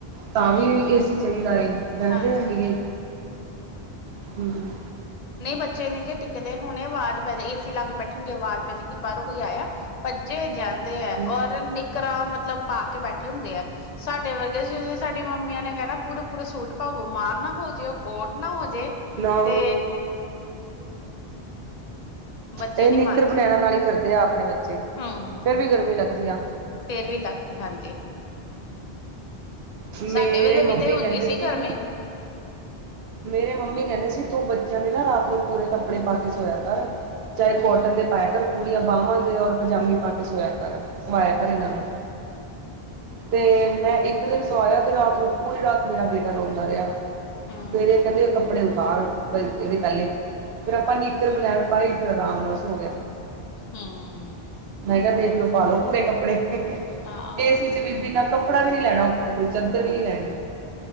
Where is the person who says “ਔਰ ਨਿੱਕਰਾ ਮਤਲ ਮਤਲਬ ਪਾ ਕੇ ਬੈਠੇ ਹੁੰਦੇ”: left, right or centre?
Left